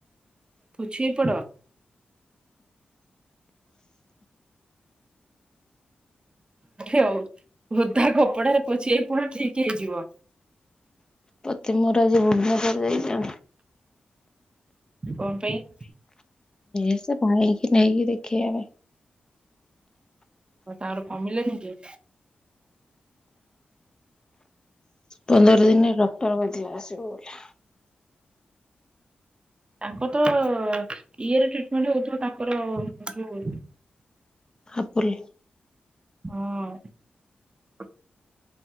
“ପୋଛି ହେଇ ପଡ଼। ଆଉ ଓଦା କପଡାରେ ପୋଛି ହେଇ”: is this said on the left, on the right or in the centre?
Right